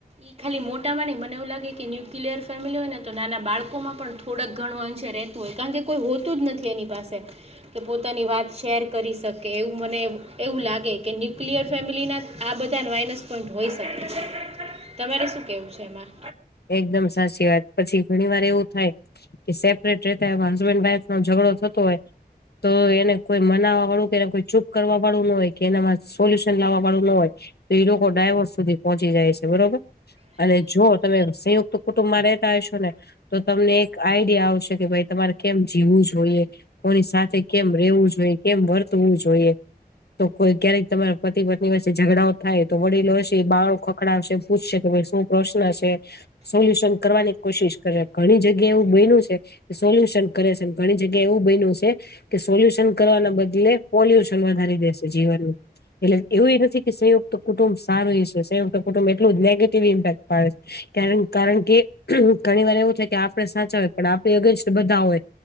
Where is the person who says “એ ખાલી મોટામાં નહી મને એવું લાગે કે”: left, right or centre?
Right